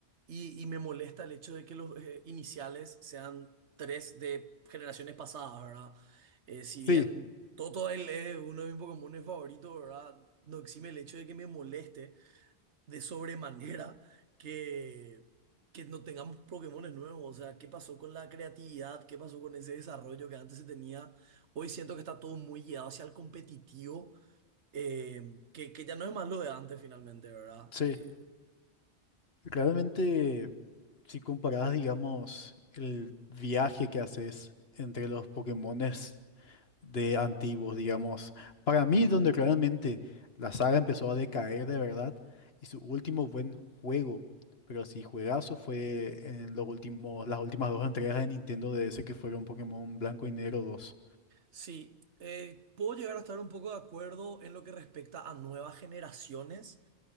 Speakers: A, on the right; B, on the left.
A: y, y me molesta el hecho de que los eh, iniciales sean tres de generaciones pasadas, ¿verdad? Eh, si
B: sí,
A: bien Toto él es uno de mis Pokémones favoritos, ¿verdad? No exime el hecho de que me moleste de sobremanera que, que no tengamos Pokémones nuevos. O sea, ¿qué pasó con la creatividad? ¿Qué pasó con ese desarrollo que antes se tenía? Hoy siento que está todo muy guiado hacia el competitivo eh, que, que ya no es más lo de antes finalmente, ¿verdad?
B: sí.
A: Eh,
B: Realmente, si comparas, digamos, el viaje que haces entre los Pokémones de antiguos, digamos. Para mí, es donde realmente la saga empezó a decaer de verdad y su último buen juego, pero sí juegazo, fue en los últimos, las últimas dos entregas de Nintendo DS que fueron Pokémon Blanco y Negro dos.
A: Sí, eh, puedo llegar a estar un poco de acuerdo en lo que respecta a nuevas generaciones,